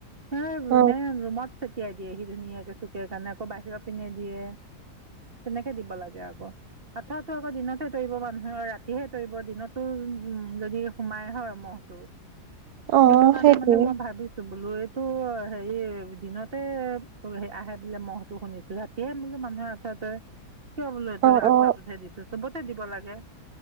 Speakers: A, on the right (about 35°); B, on the right (about 75°).
A: হ ৰুমে
B: অ
A: ৰুমত চটিয়াই দিয়ে সি ধুনীয়াকে চুকে কাৰণে আকৌ বাহিৰৰ পিন্ধাই দিয়ে তেনেকে দিব লাগে আকৌ। আঠুৱা আকৌ দিনতে আতৰাৱ হয় ৰাতি ৰাতিহে তৰিব দিনতটো উ যদি সোমাই হয় মহটো।
B: অ অ
A: সেইটো কাৰণে
B: সেইটোৱে
A: মানে মই ভাবিছো বোলো এইটো হেৰি দিনত। আহে বোলে মহো শুনিছো ৰাতিয়ে বোলো মানুহৰ আঠুৱা তৰে। কিয় বোল এইটো
B: অ
A: আঠোৱা
B: অ
A: উঠাই দিছো। চবতে দিব লাগে।